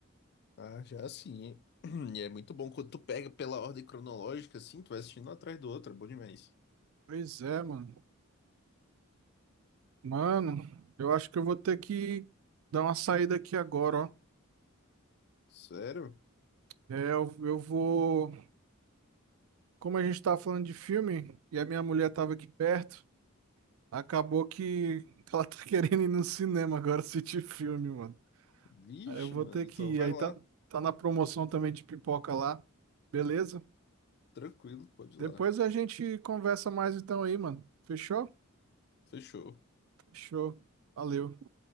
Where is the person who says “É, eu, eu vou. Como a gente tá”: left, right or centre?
Right